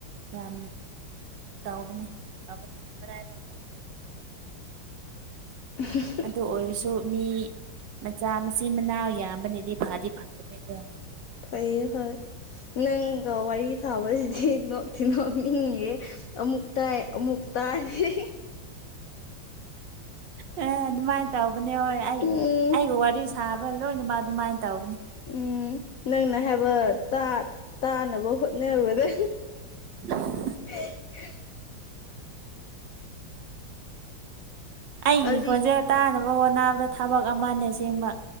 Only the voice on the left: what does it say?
ꯎ <unintelligible>
ꯐꯩꯌꯦ ꯍꯣꯏ ꯅꯪꯒ ꯋꯥꯔꯤ ꯁꯥꯕꯁꯤꯗꯤ ꯅꯣꯛꯇꯤ ꯅꯣꯛꯅꯤꯡꯉꯤꯍꯦ꯫ ꯑꯃꯨꯛ ꯇꯥꯏ ꯑꯃꯨꯛ ꯇꯥꯏꯗꯦ꯫
ꯎꯝ
ꯎꯝ ꯅꯪꯅ ꯍꯥꯏꯕ ꯇꯥ ꯇꯥꯅꯕ ꯍꯣꯠꯅꯕꯗ
ꯍ <unintelligible>
ꯑꯗꯨ